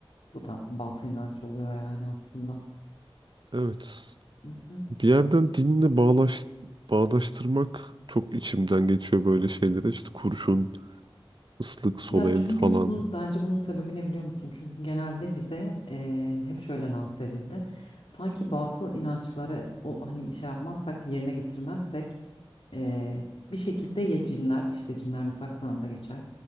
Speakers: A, on the left; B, on the right.
A: Bu da batı inanç oluyor yani aslında.
B: Evet.
A: Hı hı.
B: Bir yerden dinle bağlaş, bağdaştırmak çok içimden geçiyor böyle şeylere. İşte kurşun, ıslık, sol
A: Ya
B: el
A: çünkü
B: falan.
A: bunu bence bunun sebebi ne biliyor musun? Çünkü genelde bize e, hep şöyle lanse edildi. Sanki batıl inançlara o hani şey yapmazsak yerine getirmezsek Ee, bir şekilde ya cinler işte cinler mesela Kur'an'da geçer